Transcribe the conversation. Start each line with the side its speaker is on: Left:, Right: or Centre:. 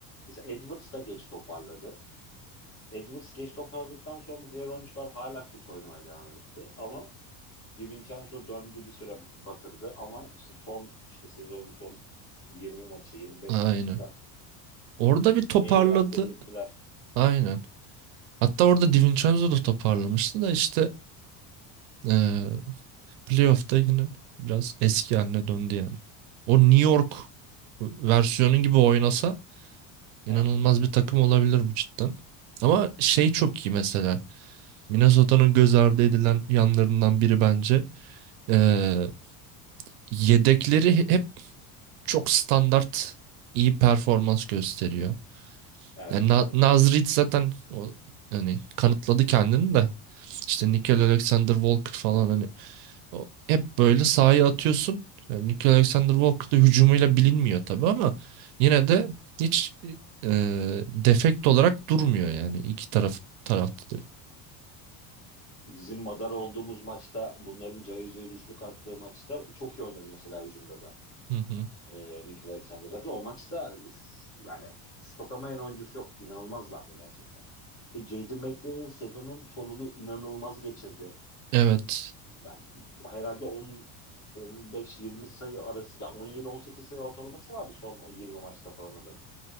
Left: Mesela Edwards da geç toparladı. Edwards geç toparladıktan sonra diğer oyuncular hala kötü oynamaya devam etti. Ama Di Vincenzo döndü bir süre batırdı ama işte son işte sezonun son 20 maçı 25
Right: Aynen.
Left: maçında
Right: Orada bir toparladı.
Left: eyvah dedirttiler.
Right: Aynen. Hatta orada DiVincenzo da toparlamıştı da işte ee, Playoff'ta yine biraz eski haline döndü yani. O New York versiyonu gibi oynasa inanılmaz
Left: Evet evet.
Right: bir takım olabilir bu cidden. Ama şey çok iyi mesela. Minnesota'nın göz ardı edilen yanlarından biri bence. Ee, yedekleri hep çok standart iyi performans gösteriyor.
Left: Evet
Right: Yani Na
Left: evet.
Right: Naz Reed zaten o, hani kanıtladı kendini de. İşte Nickel Alexander Walker falan hani O hep böyle sahaya atıyorsun. Yani Nikola Alexander Walker da hücumuyla bilinmiyor tabii ama yine de hiç e, defekt olarak durmuyor yani iki taraf tarafta. da.
Left: Bizim madar olduğumuz maçta bunların cayır cayır üçlük attığı maçta çok iyi oynadı mesela hücumda da.
Right: Hı hı.
Left: Ee, Nikhil Alexander. Zaten o maçta üf, yani şut atamayan oyuncusu yok. İnanılmazlardı gerçekten. E, Jaden McDaniel sezonun sonunu inanılmaz geçirdi.
Right: Evet.
Left: yani herhalde 10 15-20 sayı arası yani 17-18 sayı ortalaması vardı son o 20 maçta falan adamın.